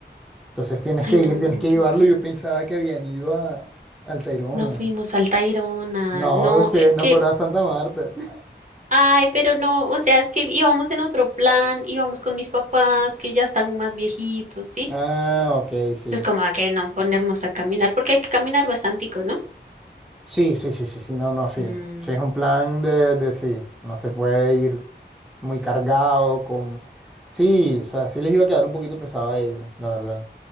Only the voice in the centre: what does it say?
Entonces tienes
que
ir, tienes que
llevarlo.
Yo pensaba que habían ido a, al Tayrona.
No,
ustedes
no
fueron a Santa Marta. <laughs>
Ah, ok, sí.
Sí, sí, sí, sí, sí, no, no, sí.
Sí, es un plan de, de sí. No se puede ir muy cargado con... Sí, o sea, sí les iba a quedar un poquito pesado a ellos, la verdad.